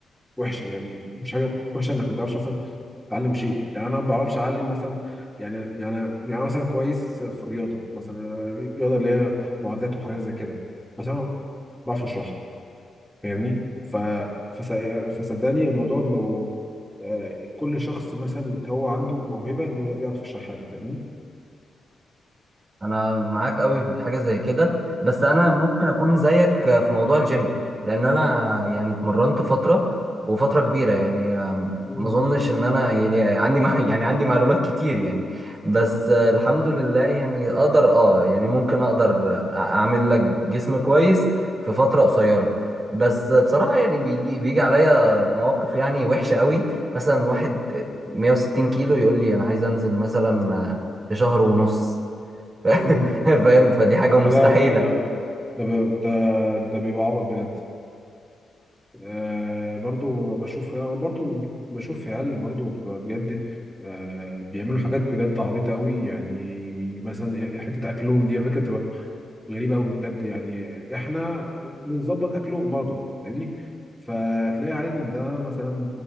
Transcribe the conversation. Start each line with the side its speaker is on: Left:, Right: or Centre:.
Centre: وحشه يعني مش حاجه وحشه انك ما تعرفش مثلا تعلم شيء يعني انا ما بعرفش اعلم مثلا يعني يعني يعني أنا مثلا كويس في الرياضه مثلا أنا الرياضه اللي هي معادلات وحاجات زي كده بس انا ما بعرفش اشرحها فاهمني ف فس... فصدقني الموضوع لو آه، كل شخص مثلا هو عنده موهبه انه يعرف يشرح حاجه فاهمني
Right: انا معاك قوي في حاجه زي كده بس انا ممكن اكون زيك في موضوع الجيم لان انا يعني اتمرنت فتره وفتره كبيره يعني
Centre: مم.
Right: ما اظنش ان انا يعني عندي مع- <laughs> يعني عندي معلومات كتير يعني بس الحمد لله يعني اقدر اه يعني ممكن اقدر اعمل لك جسم كويس في فتره قصيره بس بصراحه يعني بيجي بيجي عليا مواقف يعني وحشه قوي مثلا واحد 160 كيلو يقول لي انا عايز انزل مثلا في شهر ونص <laughs>
Centre: مم.
Right: فاهم فدي حاجة
Centre: لا
Right: مستحيلة
Centre: لا ده ده ده بي- ده ده بيبقى عبط بجد آه برضو بشوف آه، برضو بشوف عيال برضو بتبقى بجد آه بيعملوا حاجات بجد عبيطة قوي يعني مثلا حتة أكلهم دي على فكرة بتبقى غريبة قوي بجد يعني إحنا بنظبط أكلهم برضو فاهمني فتلاقي عيل من ده مثلا